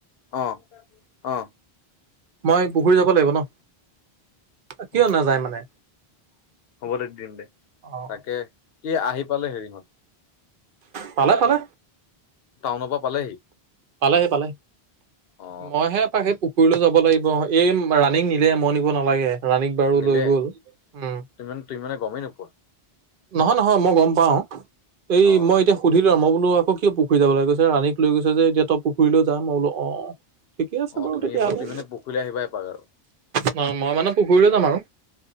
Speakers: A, on the left (about 70°); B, on the right (about 60°).
A: আহ, আহ।
B: মই পুখুৰী যাব লাগিব ন কিয়
A: অ
B: নাযায় মানে
A: হ'ব দে দিম দে
B: অ'
A: তাকে কি আহি পালে হেৰিহঁত
B: পালে পালে।
A: টাউনৰ পৰা পালেহি।
B: পালেহি পালে
A: অ
B: মইহে এপাকেই পুখুৰীলৈ যাওঁ। নিব লাগিব এই ৰাণিং নিলে মন নিব নালাগে। ৰাণীক বাৰু
A: নিলে
B: লৈ গল উম,
A: তুমি মানে তুমি মানে গমেই নোপোৱা
B: নহয় নহয় মই গম পাওঁ। এই
A: অ
B: মই এতিয়া সুধিলো আৰু মই, বোলো আকৌ কিয় পুখুৰী যাব লাগে ৰানিক লৈ গৈছে যে পুুখুৰী যাম আৰু বোল অ। ঠিকে আছে
A: অ
B: বাৰু
A: তুমি
B: তেতিয়াহলে।
A: তুমি মানে পৰহিলে আহিবা এপাক আৰু
B: হয় মই মানে পুখুৰীলৈ যাম আৰু।